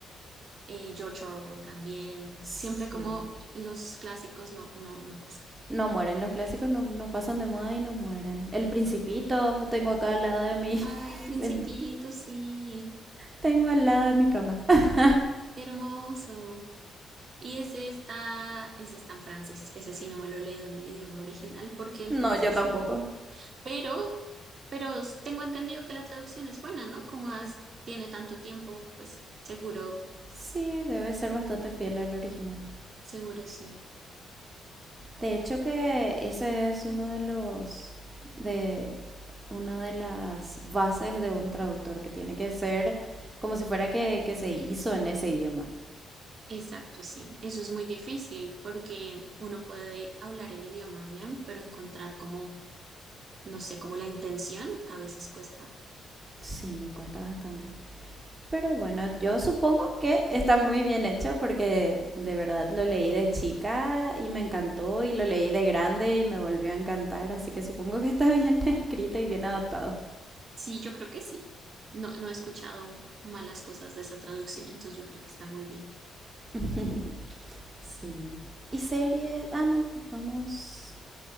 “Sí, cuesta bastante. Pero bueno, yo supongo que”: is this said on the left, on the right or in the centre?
Right